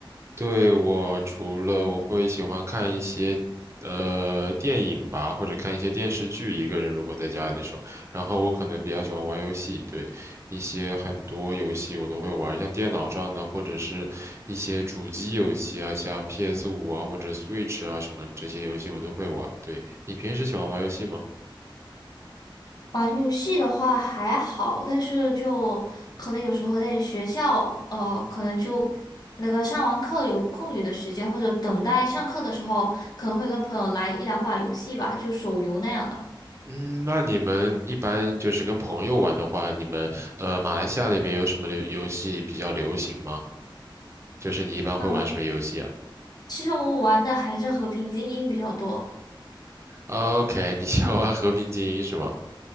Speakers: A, on the right (about 30°); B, on the left (about 50°).
A: 对，我除了我会喜欢看一些呃电影吧，或者看一些电视剧，一个人如果在家里的时候，然后我可能比较喜欢玩游戏，对，一些很多游戏我都会玩，像电脑上的或者是一些主机游戏啊，像 p s 五啊或者 Switch 啊什么这些游戏我都会玩。对，你平时喜欢玩游戏吗？
B: 玩游戏的话还好，但是就可能有时候在学校，呃，可能就那个上完课有空余的时间，或者等待上课的时候，可能会跟朋友来一两把游戏吧，就手游那样的。
A: 嗯，那你们一般就是跟朋友玩的话，你们呃马来西亚那边有什么流游戏比较流行吗？就是你一般会玩什么游戏啊
B: 嗯，其实我们玩的还是和平精英比较多。
A: ？OK，你喜欢玩和平精英是吗？